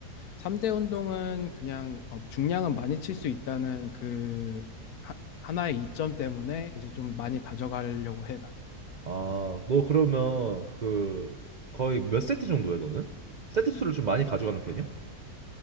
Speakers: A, on the left; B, on the right.
A: 3대 운동은 그냥 어, 중량은 많이 칠 수 있다는 그 하, 하나의 이점 때문에 이제 좀 많이 가져가려고 해, 나
B: 아, 너 그러면 그 거의 몇 세트 정도 해 너는? 세트 수를 좀 많이 가져가는 편이야?